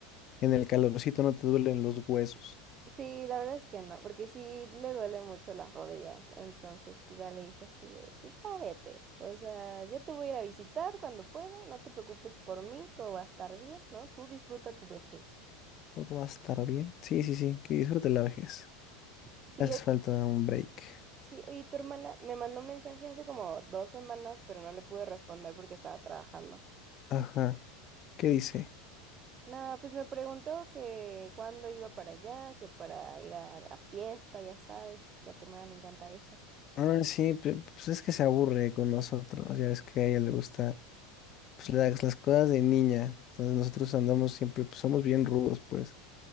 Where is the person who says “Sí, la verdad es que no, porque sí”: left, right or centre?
Right